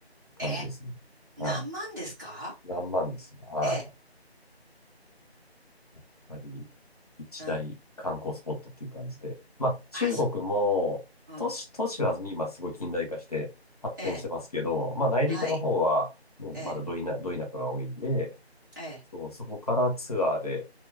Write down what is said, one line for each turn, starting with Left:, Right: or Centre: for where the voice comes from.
Left: 感じですね。
Right: え、何万ですか
Left: はい。何万ですね。は
Right: ええ、
Left: い。やっぱり、一大観光スポットっていう感じで。
Right: うん。
Left: まあ、中国も、
Right: あ、そう。うん。
Left: 都市、都市は今すごい近代化して発展してますけど、
Right: ええ、
Left: まあ、内陸の方は、
Right: はい。
Left: ね、
Right: ええ、
Left: まだど田、ど田舎が多いんで、
Right: ええ、
Left: そう、そこからツアーで、